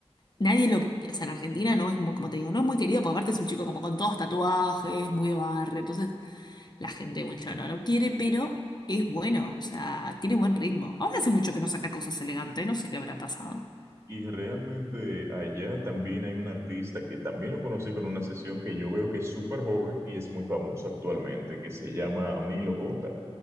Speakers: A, on the left; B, on the right.
A: Nadie lo, o sea, en Argentina no es muy, como te digo, no es muy querido, porque aparte es un chico como con todos tatuajes, muy de barrio, entonces la gente mucho no lo quiere, pero es bueno, o sea, tiene buen ritmo. Ahora hace mucho que no saca cosas elegantes, no sé qué habrá pasado.
B: Y realmente allá también hay un artista que también lo conocí con una sesión que yo veo que es súper joven y es muy famoso actualmente, que se llama Milo J.